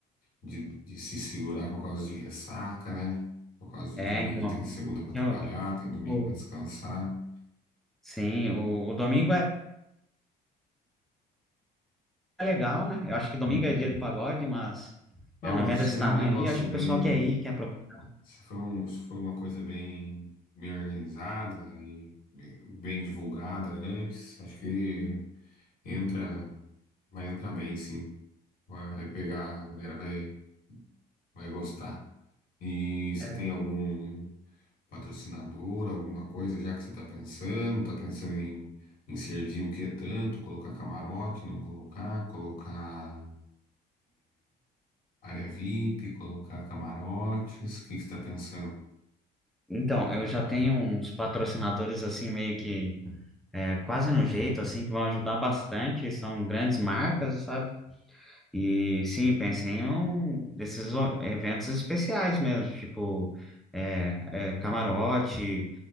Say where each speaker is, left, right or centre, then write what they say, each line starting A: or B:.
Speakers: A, on the left; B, in the centre.
A: de, de se segurar por causa de ressaca, né? Por causa de
B: É,
A: domingo
B: então.
A: tem segunda para trabalhar,
B: eu-
A: tem domingo
B: o-
A: para descansar.
B: sim, o, o domingo é é legal, né? Eu acho que domingo
A: Uhum.
B: é dia de pagode, mas
A: Não,
B: é um
A: mano,
B: evento
A: se
B: desse
A: fizer
B: tamanho
A: um negócio
B: aí, acho que
A: bem,
B: o pessoal quer ir, quer aproveitar.
A: se for um, se for uma coisa bem, bem organizada e bem divulgada antes, acho que entra, vai entrar bem, sim. Vai pegar, a galera vai, vai gostar. E você
B: É,
A: tem algum patrocinador, alguma coisa, já que você está pensando, está pensando em, em servir o que tanto, colocar camarote, não colocar, colocar área VIP, colocar camarotes, o que que você está pensando?
B: Então, eu já tenho uns patrocinadores assim meio que é, quase no jeito assim que vão ajudar bastante, são grandes marcas, sabe? E sim, pensei em um desses o- eventos especiais mesmo, tipo é, é, camarote,